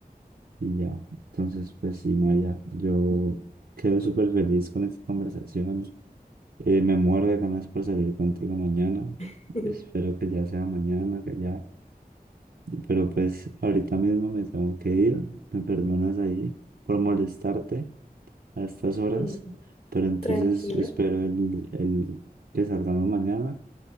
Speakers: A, on the right; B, on the left.
A: y ya. Entonces, pues sí, Maya, yo quedo súper feliz con esta conversación. Eh, me muero de ganas por salir contigo mañana.
B: <laughs>
A: Espero que ya sea mañana, que ya pero pues ahorita mismo me tengo que ir, me perdonas ahí por molestarte a estas horas,
B: Mm,
A: pero entonces
B: Tranquilo.
A: espero el, el que salgamos mañana